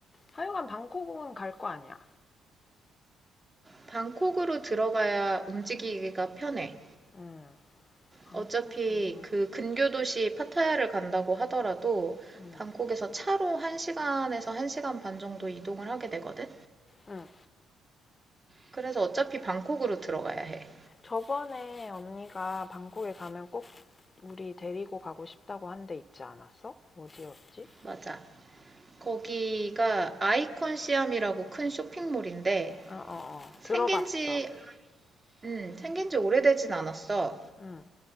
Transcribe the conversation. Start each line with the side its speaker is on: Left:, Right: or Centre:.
Left: 하여간 방콕은 갈 거 아니야.
Right: 방콕으로 들어가야 움직이기가 편해.
Left: 응, 방콕으로.
Right: 어차피 그 근교 도시 파타야를 간다고 하더라도
Left: 응,
Right: 방콕에서 차로 1시간에서 1시간 반 정도 이동을 하게 되거든.
Left: 응.
Right: 그래서 어차피 방콕으로 들어가야 해.
Left: 저번에 언니가 방콕에 가면 꼭 우리 데리고 가고 싶다고 한데 있지 않았어? 어디였지?
Right: 맞아. 거기가 아이콘 시암이라고 큰 쇼핑몰인데
Left: 어, 어, 어.
Right: 생긴
Left: 들어봤어.
Right: 지 음, 생긴 지 오래되진 않았어.
Left: 응,